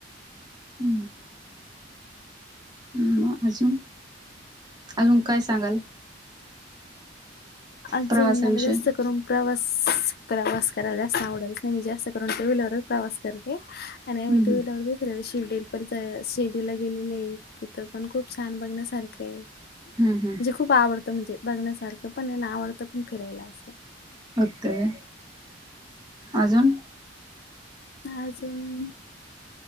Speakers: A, on the right; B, on the left.
A: हम्म. ह अजून अजून काय सांगाल?
B: अजून
A: प्रवासाविषयी
B: मला जास्त करून प्रवास प्रवास करायला जास्त आवडेल, जास्त करून टू व्हीलर वर प्रवास करते आणि
A: हम्म
B: आम्ही टू व्हीलर ने फिरायला शिर्डीला पर शिर्डीला गेलेले, तिथं पण खूप छान बघण्यासारखं आहे. म्हणजे
A: हम्म हम्म हम्म
B: खूप आवडतं, म्हणजे बघण्यासारखं पण ना, आणि आवडतं पण फिरायला असं.
A: बघतय. अजून
B: अजून?